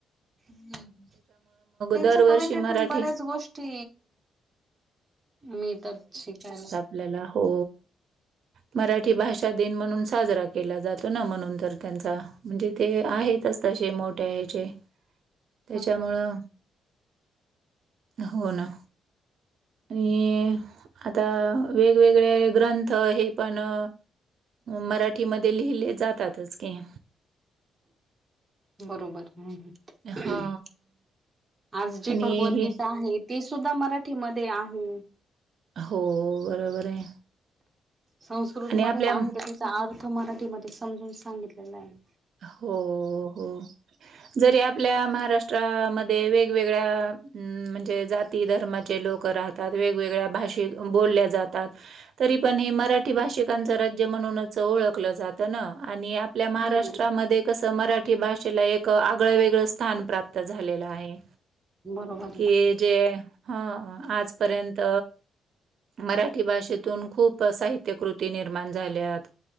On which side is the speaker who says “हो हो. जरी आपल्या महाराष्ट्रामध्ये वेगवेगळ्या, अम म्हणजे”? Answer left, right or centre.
Right